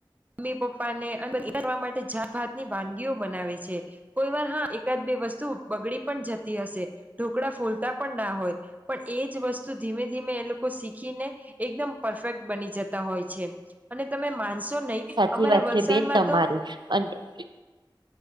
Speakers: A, on the right; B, on the right.
A: પપ્પા ને અને <unintelligible> કરવા માટે જાત ભાત ની વાનગીઓ બનાવે છે. કોઈ વાર હા એકાદ બે વસ્તુ બગડી પણ જતી હશે ઢોકળા ફૂલતા પણ ના હોય. પણ એજ વસ્તુ ધીમે ધીમે એ લોકો શીખીને એકદમ પરફેક્ટ બની જતા હોય છે. અને તમે માનશો નહી
B: સાચી
A: અમારા
B: વાત
A: વલસાડમાં
B: છે બેન
A: તો
B: <unintelligible>